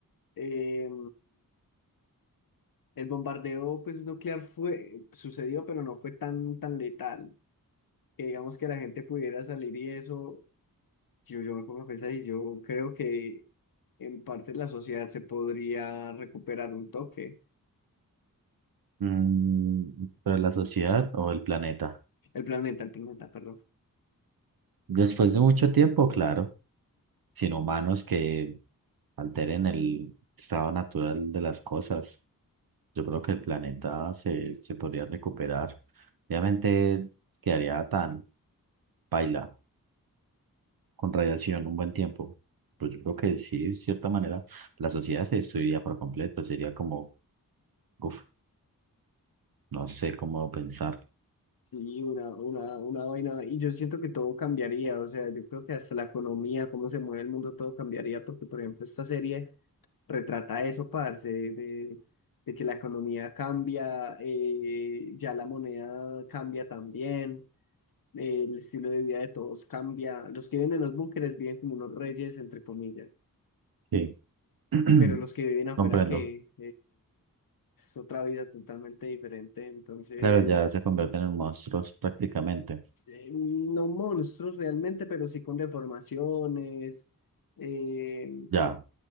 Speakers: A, on the left; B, on the right.
A: eh, el bombardeo pues, nuclear fue, sucedió, pero no fue tan, tan letal. Que digamos que la gente pudiera salir y eso, Yo, yo me pongo a pensar y yo creo que en parte la sociedad se podría recuperar un toque.
B: Mm, pero la sociedad o el planeta.
A: El planeta, el planeta, perdón.
B: Después de mucho tiempo, claro, sin humanos que alteren el estado natural de las cosas, yo creo que el planeta se, se podría recuperar. Obviamente quedaría tan paila con radiación un buen tiempo. Pues yo creo que sí, de cierta manera, la sociedad se destruiría por completo. Sería como, uff, no sé cómo pensar.
A: Sí, una, una, una vaina. Y yo siento que todo cambiaría. O sea, yo creo que hasta la economía, cómo se mueve el mundo, todo cambiaría. Porque, por ejemplo, esta serie retrata eso, parce, de, de que la economía cambia, eh, ya la moneda cambia también. eh, El estilo de vida de todos cambia. Los que viven en los búnkeres viven como unos reyes, entre comillas.
B: Sí, <clears throat>
A: pero los que viven afuera,
B: comprendo.
A: que es otra vida totalmente diferente. Entonces,
B: Claro, ya se convierten en monstruos prácticamente.
A: eh, no monstruos realmente, pero sí con deformaciones. eh,
B: Ya,